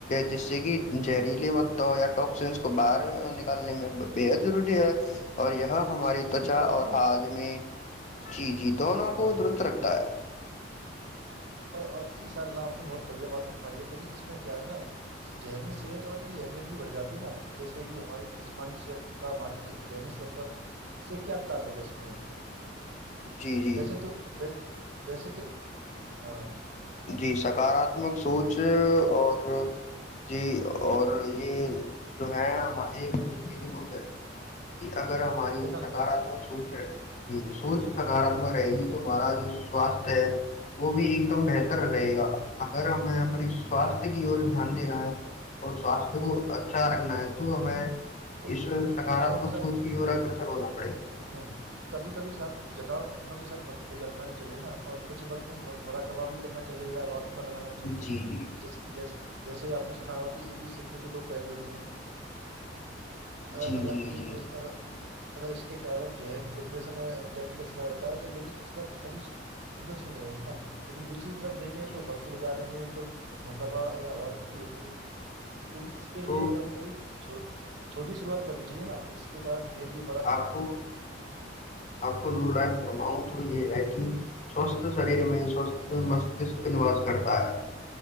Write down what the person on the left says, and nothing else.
جس سے کہ
جریلی م <unintelligible> ٹکسینس کو باہر نکالنے میں بے حد <unintelligible> ضروری ہے
اور یہ ہماری
تچا
اور
ہات میں
چی جی دونوں
کو درست رکھتا ہے
جی جی
جی سکاراتمک سوچ اور جی اور یہ جو ہے ایک سے کے دو کہ اگر ہماری
جو سکارااتمک
سوچ رہے ٹھیک ہے سوچ سکارتمک رہے گی تو مہاراج سواستھ ہے وہ بھی ایک دم ڈ
رہے گا اگر ہمیں اپنے سوستھ
کی اور دھیان دنے اور سواستھ کو اچھا رکھنا ہے تو ہمیں
اس سکاراتمک
سوچ کی اور اگر ہ ن
جی جی
جی جی
جی
جی
تو
آپ کو آپ کو دو لائن فرماؤں تو یہ ہے کہ سوستھ شریر میں سوست مستک نواس کرتا ہے